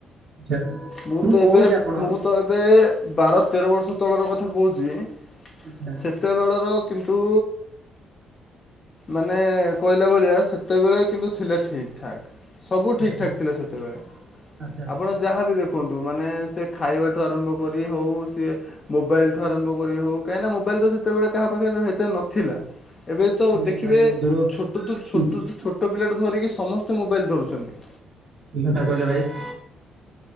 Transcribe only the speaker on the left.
ମୁଁ ତ
ଏବେ
ମୁଁ ତ ଏବେ ବାର ତେର ବର୍ଷ ତଳର କଥା କହୁଛି
ସେତେବେଳର କିନ୍ତୁ ମାନେ କହିଲା ଭଳିଆ ସେତେବେଳେ କିନ୍ତୁ ଥିଲେ ଠିକ୍ ଠାକ୍ ସବୁ ଠିକଠାକ୍
ଥିଲା ସେତେବେଳେ
ଆପଣ ଯାହାବି ଦେଖୁ ୁହନ୍ତୁ ମାନେ ସେ ଖାଇବାଠୁ ଆରମ୍ଭ କରି ହଉ ସି ମୋବାଇଲଠୁ ଆରମ୍ଭ ହଉ କାହିଁକି ନା ମୋବାଇଲ ତ ଯେତେବେଳେ କାହା ପାଖରେ ସେତେ ନଥିଲା ଏବେ ତ
ଦେଖିବେ
ଛୋଟ
ଛୋଟ ଛୋଟ ପିଲାଟା ଧରିକି ସମସ୍ତେ ମୋବାଇଲ୍ ଧରୁଛନ୍ତି